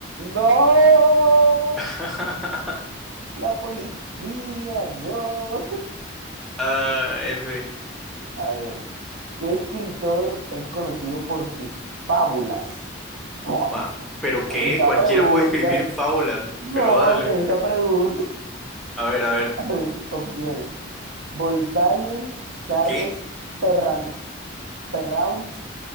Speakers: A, on the right (about 75°); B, in the centre.
A: ¡No!
B: <laughs>
A: La policía, no.
B: Ah, F.
A: A ver, ¿qué escritor es conocido por sus fábulas? <laughs>
B: Ma, ¿pero qué?
A: Esta
B: Cualquiera
A: pregunta.
B: puede escribir fábulas,
A: No,
B: pero dale.
A: que es esta pregunta.
B: A ver, a ver.
A: A ver, opciones. Voltaire, Charles
B: ¿Qué?
A: Perran, Perrault